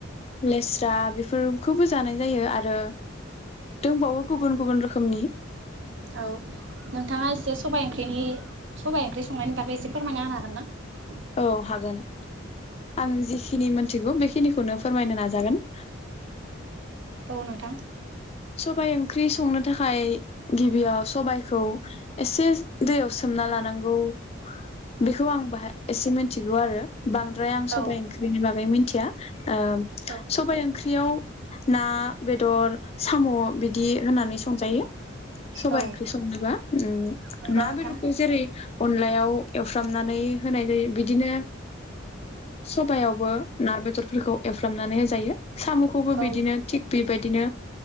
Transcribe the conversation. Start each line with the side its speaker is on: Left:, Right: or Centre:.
Left: लेस्रा बेफोरखौबो जानाय जायो आरो दंबावो गुबुन गुबुन रोखोमनि
Right: औ नोंथाङा एसे सबाइ ओंख्रिनि सबाइ ओंख्रि संनायनि बागै एसे फोरमायना होनो हागोन ना
Left: औ हागोन आं जिखिनि मोनथिगौ बेखिनिखौनो फोरमायनो नाजागोन
Right: औ नोंथां
Left: सबाय ओंख्रि संनो थाखाय गिबियाव सबाइखौ एसे दैयाव सोमना लानांगौ बेखौ आं बाहाय एसे मिथिगौ आरो बांद्राय आं
Right: औ
Left: सबाइ ओंख्रिनि बागै मिथिया ओ
Right: औ
Left: सबाइ ओंख्रियाव ना बेदर साम' बिदि होनानै संजायो सबाइ
Right: औ
Left: ओंख्रि संनोबा ओम
Right: नंगौ
Left: ना
Right: नोंथां
Left: बेदरखौ जेरै अनलायाव एवफ्रामनानै होनाय जायो बिदिनो सबयावबो ना बेदरफोरखौ एवफ्रामनानै होजायो साम'खौबो
Right: औ
Left: बिदिनो थिक बेबायदिनो